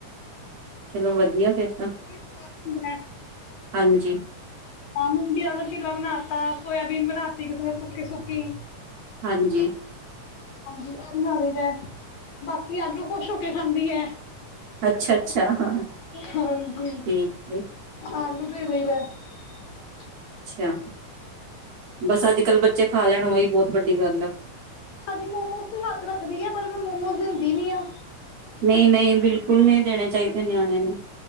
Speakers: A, on the right; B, on the left.
A: ਚਲੋ ਵਧੀਆ। ਫਿਰ ਤਾਂ
B: ਉਹ ਵੀ ਸਵਾਦ ਬ
A: ਹਾਂਜੀ।
B: ਹਾਂ ਮੁੂੰਗੀ ਵਾਲਾ ਚੀਲਾ ਬਣਾ ਤਾ। ਸੋਇਬੀਨ ਬਣਾ ਤ ਕਿਸੇ ਨੇ ਸੁੱਕੀ ਸੁੱਕੀ।
A: ਹਾਂਜੀ।
B: ਹਾਂਜੀ, ਇਹ ਬਣਾ ਲਇਦੇ ਬਾਕੀ ਆਲੂ ਖੁਸ਼ ਹੋ ਕੇ ਖਾਂਦੀ ਹੈ।
A: ਅੱਛਾ ਅੱਛਾ ਹਾਂ
B: ਹਾਂਜੀ,
A: ਠੀਕ ਹੈ
B: ਆਲੂ ਦੇ ਦੇਈ ਦੇ ਹਾਂ
A: ਅੱਛਾ ਬਸ ਅੱਜ-ਕੱਲ ਬੱਚੇ ਖਾ ਲੈਣ ਉਹੀ ਬਹੁਤ ਵੱਡੀ ਗੱਲ ਆ।
B: ਹਾਂਜੀ ਮੋਮੋਸ ਤੇ ਹੱਥ ਰੱਖਦੀ ਹੈ, ਪਰ ਮੈਂ ਮੋਮੋਸ ਦਿੰਦੀ ਨੀ ਆ।
A: ਨਹੀਂ ਨਹੀਂ ਬਿਲਕੁਲ ਨਹੀਂ ਦੇਣੇ ਚਾਹੀਦੇ ਨਿਆਣਿਆਂ ਨੂੰ।